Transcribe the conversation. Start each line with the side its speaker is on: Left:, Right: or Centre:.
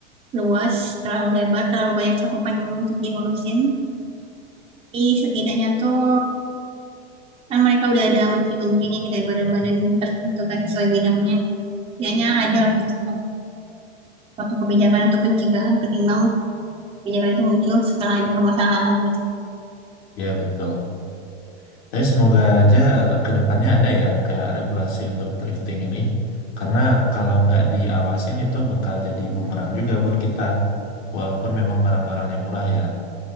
Right: luas, terlalu lebar, terlalu banyak cakupan yang untuk diurusin. Tapi setidaknya tuh kan mereka udah ada menteri-menterinya gitu ya, badan-badan tertentu kan sesuai bidangnya. Setidaknya ada lah gitu kan. Suatu kebijakan untuk pencegahan ketimbang kebijakan itu muncul setelah ada permasalahan gitu.
Left: Ya betul. Tapi semoga aja ke depannya ada ya kayak regulasi untuk thrifting ini. Karena kalau nggak diawasin itu bakal jadi bumerang juga buat kita. Walaupun memang barang-barangnya murah ya.